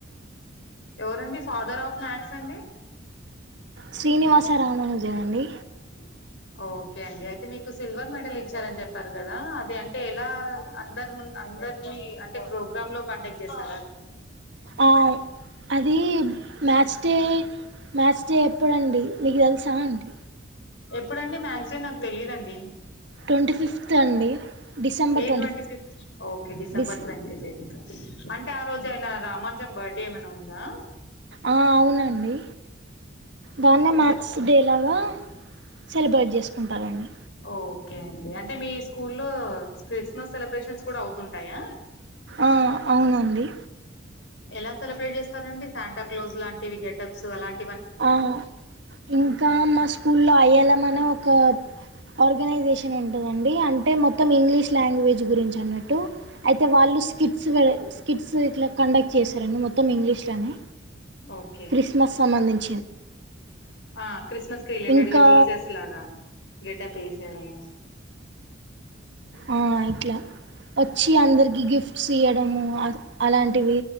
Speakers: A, on the left; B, on the right.
A: ఎవరండి ఫాదర్ ఆఫ్ మ్యాక్స్ అండి
B: శ్రీనివాస
A: స <unintelligible>
B: రామానుజన్ అండి
A: ఓకే అండి అయితే మీకు సిల్వర్ మెడల్ ఇచ్చారని చెప్పారు కదా అది అంటే ఎలా అందరు అందరినీ అంటే ప్రోగ్రామ్ లో కండక్ట్ చేస్తారు
B: ఆ అది మ్యాచ్ డే మ్యాస్ డే ఎప్పుడండి మీకు తెలుసా అండి
A: ఎప్పుడండి మాథ్స్డే నాకు తెలీదండి
B: ట్వంటీ ఫిఫ్త్ అండి December
A: ఏ
B: twenty
A: twenty fifth okay డిసెంబర్
B: డిస్
A: ట్వంట ఫ అంటే ఆ రోజు ఆయన రామాంజం బర్త్డే ఏమైనా ఉందా
B: ఆ అవునండి దాన్నే
A: క్రిస్
B: మార్క్స్ డేలాగా సెలబ్రేట్ చేసుకుంటారండి
A: ఓకే అండి అంటే మీ స్కూ లో క్రిస్మస్ సెలబ్రేషన్స్ కూడా అవుతుంటాయా
B: ఆ అవునండి
A: ఎలా సెలబ్రేట్ చేస్తారండి శాంటాక్లోజ్ లాంటివి గెటప్స్ అలాంటి
B: ఆ ఇంకా మా స్కూ లో ఇళమ్ ఒక ఆర్గనైజేషన్ ఉంటదండి అంటే మొత్తం ఇంగ్లీష్ లాంగ్వేజ్ గురించి అన్నట్టు అయితే వాళ్ళు స్కిట్స్ వె స్కిట్స్ ఇల కండక్ట్ చేశారండి మొత్తం ఇంగ్లీష్లోనే
A: ఓకే
B: క్రిస్మస్ సంబంధించి
A: ఆ క్రిస్మస్ కి రిలేటెడ్
B: ఇంకా
A: గా జీసస్ లాగా గేటప్ యేసేడము
B: ఆ ఇట్లా వచ్చి అందరికి గిఫ్ట్స్ ఇయడము అలాంటివి